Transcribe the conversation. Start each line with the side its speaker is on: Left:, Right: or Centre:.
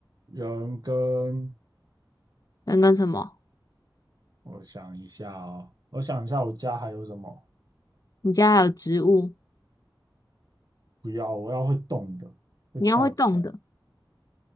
Right: 人跟
Left: 人跟什么？
Right: 我想一下哦，我想一下，我家还有什么？
Left: 你家还有植物，
Right: 不要，我要会动的，会跳。
Left: 你要会动的。
Right: 起来。